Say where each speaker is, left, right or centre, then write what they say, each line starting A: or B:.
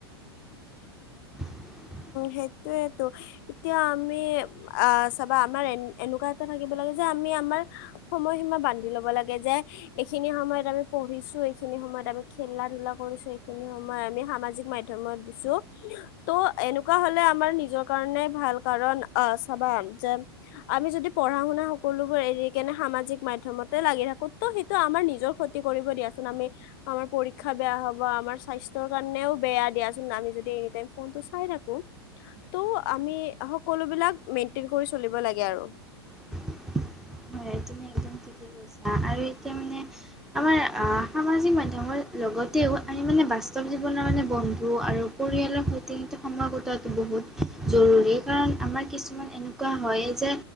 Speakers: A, in the centre; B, on the left.
A: <inaudible>
B: সেইটোৱেটো এতিয়া আমি আ চাবা আমাৰ এ এনেকুৱা এটা থাকিব লাগে যে আমি আমাৰ সময় সীমা বান্ধি লব লাগে যে এইখিনি সময়ত আমি পঢ়িছো এইখিনি সময়ত আৰ খেলা ধূলা কৰিছো এইখিনি সময় আমি সামাজিক মাধ্যমত দিছো। ত' এনেকুৱা হলে আমাৰ নিজৰ কাৰণে ভাল, কাৰণ আহ চাবা যে আমি যদি পঢ়া শুনা সকলোবোৰ এৰি কেনে সামাজিক মাধ্যমতে লাগি থাকো ত' সেইটো আমাৰ নিজৰ ক্ষতি কৰিব দিয়াচুণ আমি আমাৰ পৰীক্ষা বেয়া হব, আমাৰ স্বাস্থ্য কাৰণেও বেয়া দিয়াচোন আমি যদি এনি টাইম ফোনটো চাই থাকোঁ ত' আমি সকলো বিলাক মেইনটেইন কৰি চলিব লাগে আৰু।
A: <inaudible> হয় তুমি একদম ঠিকে কৈছা আৰু এতিয়া মানে আমাৰ অ সামাজিক মাধ্যমৰ লগতেও আমি মানে বাস্তৱ জীৱনৰ মানে বন্ধু আৰু পৰিয়ালৰ সৈতে কিন্তু সময় কটোৱাটো বহুত জৰুৰী কাৰণ আমাৰ কিছুমান এনেকুৱা হয় যে